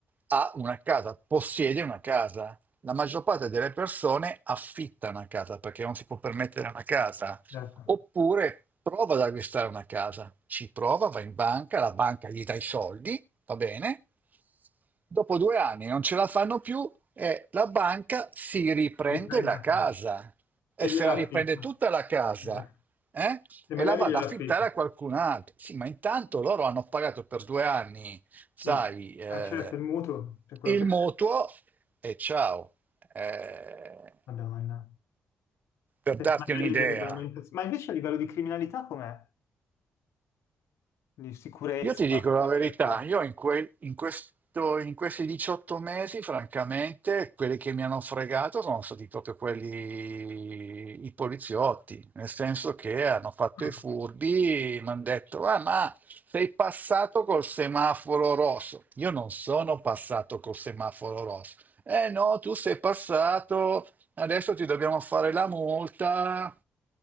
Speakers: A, on the right; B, on the left.
A: ha una casa, possiede una casa. La maggior parte delle persone affitta una casa perché non si può permettere una casa.
B: Certo,
A: Oppure prova ad acquistare una casa, ci prova, va in banca, la banca gli dà i soldi, va bene? Dopo due anni non ce la fanno più e la banca si riprende
B: riprende
A: la
B: la
A: casa
B: prima.
A: e
B: E
A: se
B: gliela
A: la riprende
B: affitta.
A: tutta la casa
B: Eh.
A: eh?
B: E
A: e
B: magari
A: la va
B: gliela
A: ad affittare
B: affitta.
A: a qualcun altro. Sì, ma intanto loro hanno pagato per due anni, sai,
B: Quindi,
A: eh,
B: ah, certo, il mutuo, per quello
A: il
B: che...
A: mutuo e ciao. Eh,
B: Madonna.
A: per
B: Per
A: darti
B: magari
A: un'idea.
B: delle regolamentazioni. Ma invece a livello di criminalità com'è? Di sicurezza?
A: Io ti dico la
B: Di
A: verità,
B: criminalità?
A: io in, quel- in questo- in questi 18 mesi, francamente, quelli che mi hanno fregato sono stati proprio quelli, i poliziotti, nel senso che hanno fatto
B: Ah,
A: i furbi, mi hanno detto, ah, ma sei passato col semaforo rosso. Io non sono passato col semaforo rosso. Eh no, tu sei passato Adesso ti dobbiamo fare la multa